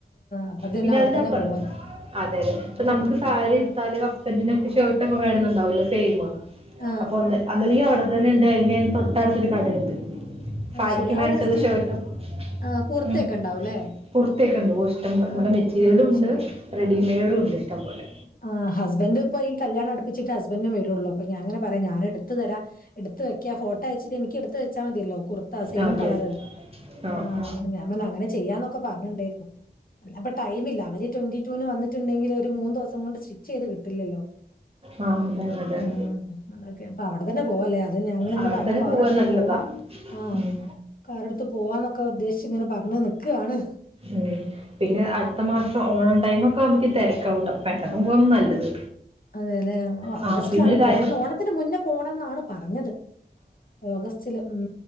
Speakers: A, on the left; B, on the right.
A: അപ്പൊ അത്നെ
B: പിന്നെ
A: അവിടെ
B: അതിന്റെ
A: തന്നെ
B: അപ്പുറം
A: പോവല്ലെ
B: അതെ അതെ അപ്പെ നമുക്ക് സാരി ഇട്ത്താല് അസ്ബന്റിനൊക്കെ ഷെർട്ട് ഒക്കെ വേണന്ന്ണ്ടാവല്ലോ സെയിം
A: ആഹ്
B: അപ്പൊന്ത ഒന്നില്ലങ്കി അവിടെതന്നെ ഇണ്ട് അല്ലെങ്കി അതിന്റെയും തൊട്ടടുത്തൊരു കടണ്ട്
A: അത്
B: സാരിക്ക്
A: ശരി അവിടെ
B: മെച്ച്ള്ള
A: സ്റ്റി
B: ഷേർട്ടും
A: ആഹ് കൂർത്തയൊക്കെ
B: ഉം
A: ഉണ്ടാവുംല്ലേ
B: കുറത്തക്കെ ഉണ്ടേ ഒ ഇഷ്ടം പോലെ
A: ആഹ്
B: മെറ്റീരിയലും
A: ആഹ് അത്
B: ഇണ്ട്
A: ശരി
B: റെഡിമെയ്ഡും ഉണ്ട് ഇഷ്ടംപോലെ
A: ആഹ ഹസ്ബൻഡ ഇപ്പോ ഈല്യാണം അടിപ്പിച്ചിട്ടെ ഹസ്ബൻഡും വരൊള്ളൂ അപ്പൊ ഞങ്ങെനെ പറയാ ഞാൻ എടുത്തെ തരാ എടുത്ത വയ്ക്കാ ഫോട്ടോ അയച്ചിട്ട് എനിക്ക് എടുത്ത വെച്ചാൽ മതിയല്ലോ കുർത്ത സെയിം
B: ആ, അതെ
A: കളറ്
B: ആ
A: ആഹ്
B: ആ
A: അപ്പെ ഞൻ അങ്ങനെ ചെയ്യാന്നൊക്കെ പറഞ്ഞിണ്ടായിരുന്നു അപ്പെ ടൈമില്ല അവര് ട്വന്റി ടുവിന് വന്നിട്ടുണ്ടെങ്കിൽ ഒരു മൂന്ന് ദിവസം കൊണ്ട് സ്റ്റി ചെയ്ത് കിട്ടില്ലല്ലോ
B: ആ അതാണ് അതാണ്
A: ഉം അതൊക്കെ അപ്പൊ അവിടെ തന്നെ പോവല്ലേ അതന്നെ ഞങ്ങൾ ഇങ്ങനെ
B: അവിടെ
A: പറഞ്ഞ്
B: തന്നെ
A: കറെടുത്ത്
B: പോവാൻ നല്ലതാ
A: പോവാ ആഹ
B: ഉം,
A: കാറെടുത്ത് പോവാന്നൊക്കെ ഉദ്ദേശിച്ച് ഇങ്ങനെ പറഞ്ഞ് നിക്കണ്
B: ഉം പിന്നെ അടുത്ത മാസം ഓണം ടൈമേക്കെ ആകുമ്പോക്ക് തെരക്കവുംട്ടേ പെട്ടെന്ന് പോക നല്ലത്
A: അതെ അതെ ഓ
B: ആ
A: ആഗസ്റ്റിലാണ്
B: പിന്നെ ഒരു
A: പോണം
B: കാര്യം
A: ഓണത്തിന് മുന്നേ പോകണംന്നാണ് പറഞ്ഞത് ഓഗസ്റ്റില് ഉം